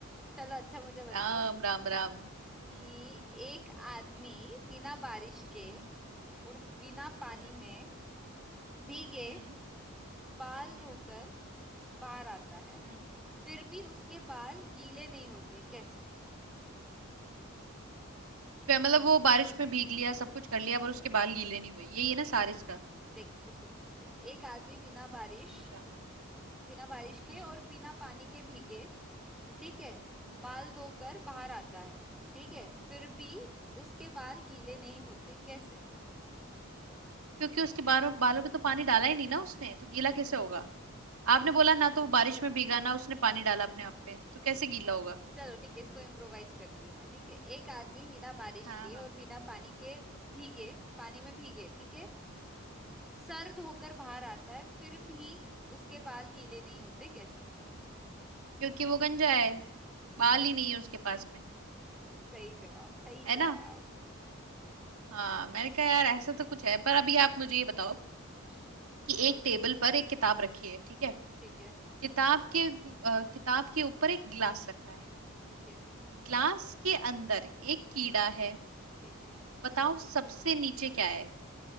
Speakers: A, in the centre; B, on the right.
A: चलो अच्छा मुझे
B: राम
A: बताओ
B: राम राम हम्म
A: कि एक आदमी बिना बारिश के
B: हम्म
A: और बिना पानी
B: हम्म
A: में भीगे
B: हम्म
A: बाल
B: हम्म
A: धोकर बाहर आता है
B: हम्म।
A: फिर भी उसके बाल गीले नहीं होते कैसे
B: फिर मतलब वो बारिश में भीग लिया सब कुछ कर लिया पर उसके बाल गीले नहीं हुए यही है ना सारिस का
A: देख फिर से पूछती हूँ एक आदमी बिना बारिश
B: अच्छा
A: बिना बारिश के
B: हम्म
A: और बिना पानी के भीगे ठीक है
B: हम्म
A: बाल धोकर बाहर आता है ठीक है फिर भी उसके बाल गीले नहीं होते कैसे
B: क्योंकि उसके बालों बालों में तो पानी डाला ही नहीं ना उसने तो गीला कैसे होगा
A: नहीं
B: आपने बोला ना तो वो बारिश में भीगा ना उसने पानी डाला अपने आप पे तो कैसे गीला होगा
A: चलो ठीक है इसको इम्प्रोवाइज करती हूँ मैं ठीक है एक आदमी बिना बारिश
B: हाँ
A: के
B: हाँ
A: और बिना पानी के भीगे पानी में भीगे ठीक है सर
B: हम्म
A: धोकर बाहर आता है फिर भी उसके
B: हम्म
A: बाल गीले नहीं होते कैसे
B: क्योंकि वो गंजा है बाल
A: <laughs>
B: ही नहीं है उसके पास में
A: सही जवाब सही
B: है
A: जवाब
B: ना
A: हम्म
B: हाँ मैंने कहा यार ऐसा तो कुछ है पर अभी आप मुझे ये बताओ
A: हम्म
B: कि एक टेबल पर एक किताब रखी है ठीक है
A: ठीक है
B: किताब के अ, किताब के ऊपर एक गिलास रखा है
A: ठीक है
B: ग्लास के अंदर एक कीड़ा है
A: ठीक है
B: बताओ सबसे नीचे क्या है